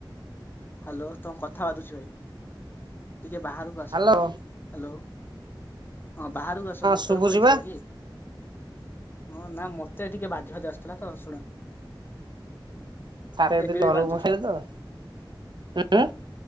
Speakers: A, on the left; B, on the right.
A: ହ୍ୟାଲୋ ତମ କଥା ବାଧୁଛି ଭାଇ। ଟିକେ ବାହାରକୁ ଆସ
B: ହ୍ୟାଲୋ
A: ଭାଇ। ହ୍ୟାଲୋ। ହଁ ବାହାରକୁ ଆସ, ଭିତରେ
B: ଶୁଭୁଚି
A: ପଳେଇଥିଲ
B: ବା
A: କି? ହଁ ନା ମତେ ଟିକେ ବାଧି ବାଧି ଆସିଥିଲା ତ ଶୁଣ
B: ସାରେ
A: ଏବେ
B: ଯଦି <unintelligible>
A: ବି ବାଧୁଛି
B: ମୁହଁରେ ତ ହୁଁ